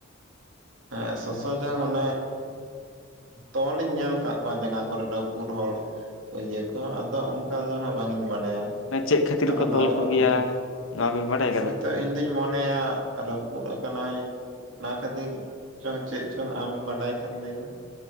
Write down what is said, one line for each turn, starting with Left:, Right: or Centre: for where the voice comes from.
Right: ᱮᱫ ᱥᱚᱥᱚ ᱡᱟᱝ ᱚᱱᱮ ᱛᱚᱞ ᱤᱧ ᱧᱮᱞ ᱟᱠᱟᱫ ᱠᱚᱣᱟ ᱡᱟᱸᱜᱟ ᱠᱚᱨᱮ ᱨᱟᱹᱯᱩᱫ ᱦᱚᱲ ᱠᱚ ᱤᱭᱟᱹ ᱠᱚ ᱟᱫᱚ ᱚᱱᱠᱟ ᱫᱚ ᱱᱟᱜ ᱵᱟᱝ ᱤᱧ ᱵᱟᱰᱟᱭᱟ
Left: ᱮ ᱪᱮᱫ ᱠᱷᱟᱹᱛᱤᱨ
Right: ᱠᱟᱨᱚᱱ
Left: ᱠᱚ ᱛᱚᱞ
Right: ᱫᱟᱨᱮ
Left: ᱠᱚ
Right: ᱵᱟᱹᱱᱩᱜ
Left: ᱜᱮᱭᱟ
Right: ᱟᱛᱚ᱾
Left: ᱱᱚᱣᱟ ᱵᱤᱱ ᱵᱟᱰᱟᱭ ᱠᱟᱫᱟ
Right: ᱦᱚᱭᱛᱚ ᱤᱧ ᱫᱩᱧ ᱢᱚᱱᱮᱭᱟ ᱨᱟᱹᱯᱩᱫ ᱟᱠᱟᱱᱟᱭ ᱚᱱᱟ ᱠᱷᱟᱹᱛᱤᱨ ᱪᱚᱝ ᱪᱮᱫ ᱪᱚᱝ ᱟᱢ ᱵᱟᱰᱟᱭ ᱠᱷᱟᱱ ᱞᱟᱹᱭᱢᱮ